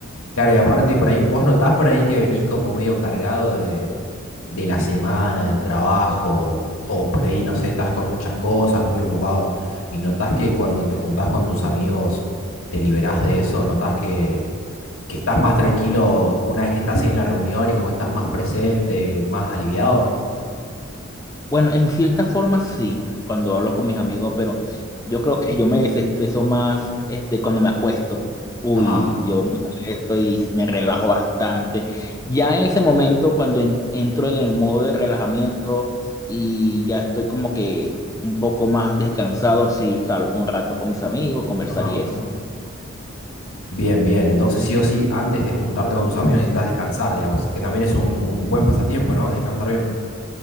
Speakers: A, on the left; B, on the left.
A: Claro, y aparte por ahí, ¿vos notás por ahí que venís como medio cargado de, de la semana, del trabajo, o por ahí, no sé, estás con muchas cosas, muy ocupado, y notás que cuando te juntás con tus amigos, te liberás de eso, notás que, que estás más tranquilo una vez que estás ahí en la reunión y como estás más presente, más aliviado.
B: Bueno, en cierta forma sí, cuando hablo con mis amigos, pero yo creo que yo me desestreso más este, cuando me acuesto. Uy,
A: Ajá,
B: yo me acuesto y me relajo bastante. Ya en ese momento, cuando en- entro en el modo de relajamiento y ya estoy como que un poco más descansado, sí, salgo un rato con mis amigos, conversar
A: ajá.
B: y eso.
A: Bien, bien. Entonces, sí o sí, antes de juntarte con tus amigos necesitas descansar, digamos, que también es un, un buen pasatiempo, ¿no? Descansar bien.